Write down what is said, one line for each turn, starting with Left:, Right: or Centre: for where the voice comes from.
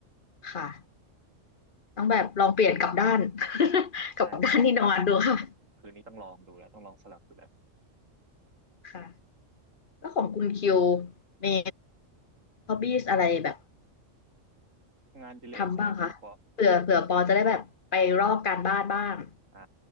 Left: ค่ะต้องแบบลองเปลี่ยนกลับด้าน
Right: โอ้
Left: <laughs>
Right: ใช่ใช่ใช่เดี๋ยวเดี๋ยวคืนนี้ต้องลองดูแล้วต้องลองสลับดูแล้ว
Left: กลับด้านที่นอนดูค่ะค่ะแล้วของคุณคิวมีฮอบบี้อะไรแบบ
Right: งานอดิเรกใช่ไหมคุณปอ
Left: ทำบ้างคะเผื่อเผื่อปอจะได้แบบไปรอบการบ้านบ้าง
Right: อ่า